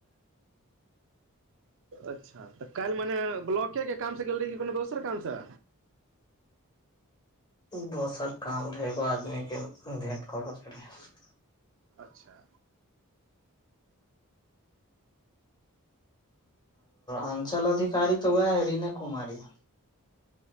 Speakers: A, on the right; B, on the left.
A: अच्छा तऽ काल्हि मने ब्लॉके के काम से गेल रही कोनो दोसर काम स
B: दोसर काम रहै एगो आदमी के भेट करऽ के रहै
A: अच्छा
B: अञ्चल अधिकारी तऽ वएह है रीने कुमारी